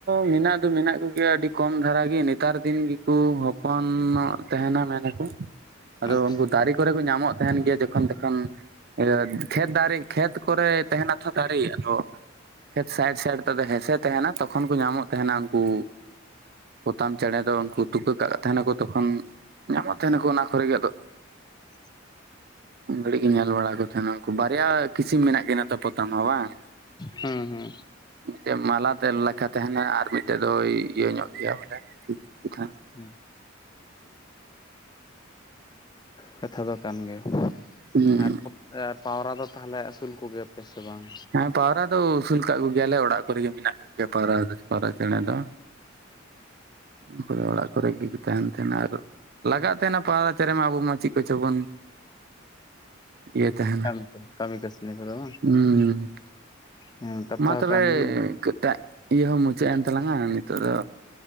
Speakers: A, on the right; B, on the left.
A: ᱢᱮᱱᱟᱜ ᱫᱚ ᱢᱮᱱᱟᱜ ᱠᱚᱜᱮᱭᱟ ᱟᱹᱰᱤ ᱠᱚᱢ ᱫᱷᱟᱨᱟ ᱜᱮ ᱱᱮᱛᱟᱨ ᱫᱤᱱ ᱜᱮᱠᱚ ᱦᱚᱯᱚᱱᱚᱜ ᱛᱟᱦᱮᱱᱟ ᱢᱮᱱᱟᱠᱚ ᱟᱫᱚ
B: ᱟᱪᱪᱷᱟ
A: ᱩᱱᱠᱩ ᱫᱟᱨᱮ ᱠᱚᱨᱮ ᱠᱚ ᱧᱟᱢᱚᱜ ᱛᱟᱦᱮᱱ ᱜᱮᱭᱟ ᱡᱚᱠᱷᱚᱱ ᱛᱚᱠᱷᱚᱱ ᱤᱭᱟᱹ ᱠᱷᱮᱛ ᱫᱟᱨᱮ ᱠᱷᱮᱛ ᱠᱚᱨᱮ ᱛᱟᱦᱮᱱᱟ ᱛᱷᱚ ᱫᱟᱨᱮ ᱟᱫᱚ ᱠᱷᱮᱛ ᱥᱟᱭᱤᱰ ᱥᱟᱭᱤᱰ ᱛᱮᱫᱚ ᱦᱮᱸᱥᱮ ᱛᱟᱦᱮᱱᱟ ᱛᱚᱠᱷᱚᱱ ᱠᱚ ᱧᱟᱢᱚᱜ ᱛᱟᱦᱮᱱᱟ ᱩᱱᱠᱩ ᱯᱚᱛᱟᱢ ᱪᱮᱬᱮ ᱫᱚ ᱩᱱᱠᱩ ᱛᱩᱠᱟᱹ ᱠᱟᱜ ᱛᱟᱦᱮᱱᱟᱠᱚ ᱛᱚᱠᱷᱚᱱ ᱧᱟᱢᱚᱜ ᱛᱟᱦᱮᱱᱟᱠᱚ ᱚᱱᱟ ᱠᱚᱨᱮ ᱜᱮ ᱟᱫᱚ
B: <inaudible>
A: ᱩᱱ ᱜᱷᱟᱹᱲᱤᱡ ᱜᱮ ᱧᱮᱞ ᱵᱟᱲᱟ ᱠᱚ ᱛᱟᱦᱮᱱᱟ ᱩᱱᱠᱩ ᱵᱟᱨᱭᱟ ᱠᱤᱥᱤᱢ ᱢᱮᱱᱟᱜ ᱠᱤᱱᱟᱹ ᱛᱚ ᱯᱚᱛᱟᱢ ᱦᱚᱸ ᱵᱟᱝ
B: ᱦᱩᱸ ᱦᱩᱸ
A: ᱢᱤᱫᱴᱮᱱ ᱢᱟᱞᱟᱛᱮ ᱞᱮᱠᱟᱷᱟ ᱛᱟᱦᱮᱱᱟ ᱟᱨ ᱢᱤᱫᱴᱮᱡ ᱫᱚᱭ ᱤᱭᱟᱹ ᱧᱚᱜ ᱜᱮᱭᱟ ᱵᱚᱞᱮ, ᱴᱷᱤᱠ ᱜᱮ ᱛᱟᱦᱮᱱᱟ
B: ᱦᱩᱸ ᱠᱟᱛᱷᱟ ᱫᱚ ᱠᱟᱱ ᱜᱮᱭᱟ
A: ᱦᱩᱸ
B: ᱟᱨ ᱟᱨ ᱯᱟᱣᱨᱟ ᱫᱚ ᱛᱟᱦᱚᱞᱮ ᱟᱹᱥᱩᱞ ᱠᱚᱜᱮᱭᱟ ᱯᱮ ᱥᱮ ᱵᱟᱝ?
A: ᱦᱮᱸ ᱯᱟᱣᱨᱟ ᱫᱚ ᱟᱹᱥᱩᱞ ᱠᱟᱜ ᱠᱚᱜᱮᱭᱟᱞᱮ ᱚᱲᱟᱜ ᱠᱚᱨᱮ ᱜᱮ ᱢᱮᱱᱟᱜ ᱠᱚᱜᱮᱭᱟ ᱯᱟᱣᱨᱟ ᱫᱚ ᱯᱟᱣᱨᱟ ᱪᱮᱬᱮ ᱫᱚ
B: <inaudible>
A: ᱩᱱᱠᱚ ᱫᱚ ᱚᱲᱟᱜ ᱠᱚᱨᱮ ᱜᱮ ᱛᱟᱦᱮᱱ ᱛᱟᱦᱮᱱᱟ ᱟᱨ ᱞᱟᱜᱟᱜ ᱛᱟᱦᱮᱱᱟ ᱯᱟᱣᱨᱟ ᱪᱮᱬᱮ ᱢᱟ ᱟᱵᱚ ᱢᱟ ᱪᱮᱫ ᱠᱚ ᱪᱚ ᱵᱚᱱ ᱤᱭᱟᱹᱭ ᱛᱟᱦᱮᱱᱟ
B: ᱠᱟᱹᱢᱤ ᱠᱟᱹᱢᱤ ᱠᱟᱹᱥᱱᱤ ᱠᱚᱫᱚ
A: ᱦᱩᱸ
B: ᱦᱮᱸ ᱠᱟᱛᱷᱟ
A: ᱢᱟ ᱛᱚᱵᱮ
B: ᱠᱟᱱ ᱜᱮᱭᱟ
A: ᱴᱟᱜ ᱤᱭᱟᱹ ᱦᱚᱸ ᱢᱩᱪᱟᱹᱫ ᱮᱱ ᱛᱟᱞᱟᱝᱟ ᱱᱤᱛᱚᱜ ᱫᱚ